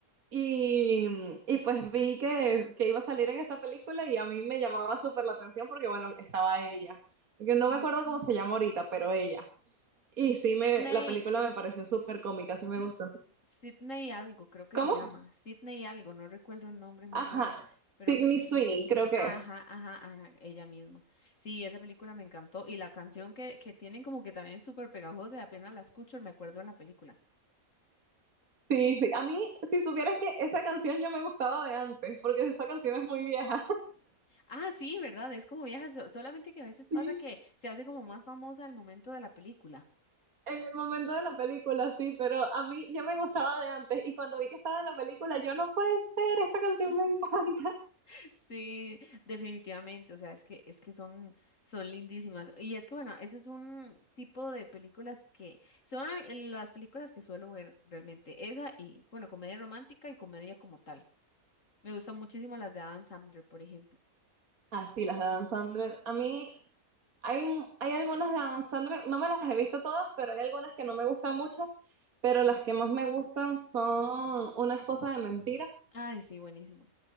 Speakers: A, on the right (about 75°); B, on the left (about 60°).
A: y, y pues vi que, que iba a salir en esta película y a mí me llamaba súper la atención porque bueno, estaba ella. Yo no
B: Ujú.
A: me acuerdo cómo se llama ahorita, pero ella. Y sí, me,
B: Sydney,
A: la película me pareció súper cómica, sí me gustó.
B: Sydney algo, creo que
A: ¿Cómo?
B: se llama, Sydney algo, no recuerdo el nombre muy
A: Ajá,
B: bien, pero
A: Sydney
B: que se...
A: Sweeney creo que
B: Ajá,
A: es.
B: ajá, ajá, ella misma. Sí, esa película me encantó y la canción que, que tienen como que también es súper pegajosa, y apenas la escucho, me acuerdo de la película.
A: Sí, sí. A mí, si supieras que esa canción ya me gustaba de antes, porque esa canción es muy vieja. <laughs>
B: Ah, sí, ¿verdad? Es como viejas, so- solamente que a veces pasa
A: Sí.
B: que se hace como más famosa al momento de la película.
A: En el momento de la película, sí, pero a mí ya me gustaba de antes y cuando vi que estaba en la película, yo no puede ser, esta canción me encanta. <laughs>
B: <laughs> Sí, definitivamente, o sea, es que es que son son lindísimas. Y es que bueno, ese es un tipo de películas que son las películas que suelo ver realmente, esa y bueno, comedia romántica y comedia como tal. Me gustan muchísimo las de Adam Sandler, por ejemplo.
A: Ah, sí, las de Adam Sandler. A mí hay, hay algunas de Adam Sandler, no me las he visto todas, pero hay algunas que no me gustan mucho, pero las que más me gustan son Una esposa de mentira,
B: Ay, sí, buenísima.